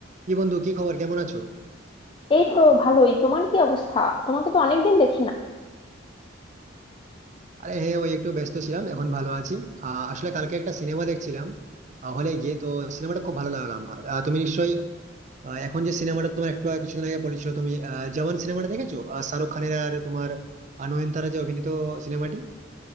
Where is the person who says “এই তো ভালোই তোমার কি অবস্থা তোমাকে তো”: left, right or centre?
Left